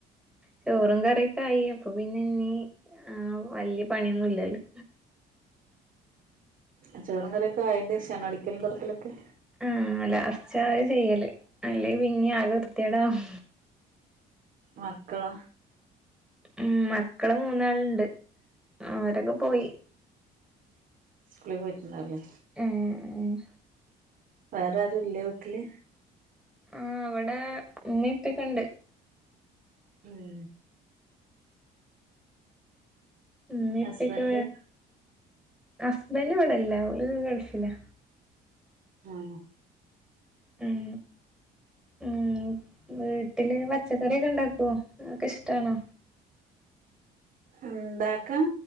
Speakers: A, in the centre; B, on the right.
A: ചോറും കറിയൊക്കെ ആയി അപ്പൊ പിന്നെ ഇീ ആ വലിയ പണിയൊന്നുംല്ലല്ലോ.
B: അച്ചോറും കറൊക്കെ ആയിന്റെറെ ക്ഷണ അടിക്കലും കറക്കലൊക്കെ.
A: ഉം ലാസ്റ്റാ ആത് ചെയ്യല് അല്ലെ പിന്നെ ആകെ വൃത്തികേടാവും
B: മക്കളാ
A: ഉം മക്കള് മൂന്നാളുണ്ട് അവരൊക്കെ പോയി
B: സ്കൂളി പോയിട്ടുണ്ടാവൂല്ലേ
A: ഏഹ് ഏഹ്
B: വേറെ ആരു ഇല്ലേ വീട്ടില്
A: ആഹ് ഇവിടെ ഇന്ന് ഉമ്മേപ്പക്കണ്ട്
B: ഉം
A: ഉമ്മപ്പെക്കെ
B: ഹസ്ബൻഡ്
A: ഹസ്ബൻഡ് ഇവിടെല്ല ഓല് ഗൾഫിലാ
B: ആഹ്
A: ഉം ഉം വീട്ടില് പച്ചക്കറിയൊക്കെ ഇണ്ടാക്കുവോ അതൊക്കെ ഇഷ്ട്ടാണോ
B: ഇണ്ടാക്കാൻ